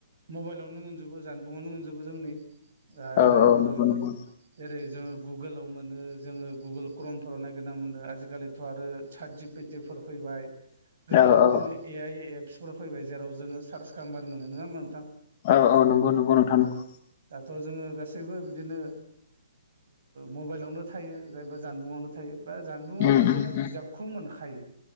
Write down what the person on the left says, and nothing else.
औ
औ नंगौ नंगौ
औ
औ
औ औ नंगौ नंगौ नोंथां
नंगौ।
उम उम
उम